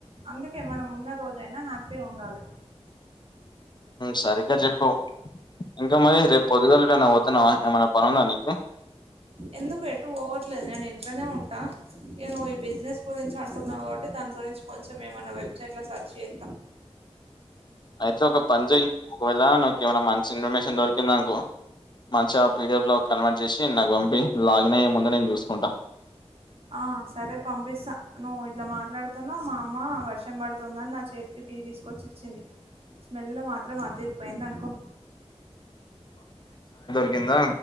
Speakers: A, on the right; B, on the left.
A: అందుకే మనం ఉన్న రోజు అయినా హ్యాపిగా ఉండాలి.
B: సరిగ్గ చెప్పవు ఇంకా మరి రేపు పొద్దుగాలన్నా ఏటన్న పోతన్నావా ఏమైన్నా నీకు పనీ ఉందా నీకు
A: ఎందుకు ఎటు పోవట్లేదు నేను ఇంట్లోనే ఉంటా నేను ఈ బిజినెస్ గురించి అంటున్నా కాబట్టి దాని గురించి కొంచెం మేమన్న వెబ్సైట్లో సెర్చ్ చెత్త
B: అయితే ఒక పని చేయి ఒకవేళ నీకు ఏమైనా మంచి ఇన్ఫర్మేషన్ దొరికింది అనుకో మంచిగా పీడిఎఫ్ లో కన్వర్ట్ చేసి నాకు పంపియి లాగిన్ అయ్యే ముందు నేను చూసుకుంటా
A: ఆ సరే పంపిస్తా నువ్వు ఇట్లా మాట్లాడుతునవు మా అమ్మ వర్షం పడుతుందని నా చేతికి టీ తీసుకొచ్చి ఇచ్చింది స్మెల్ మాత్రం అదిరిపోయింది అనుకో
B: ఇచ్చింద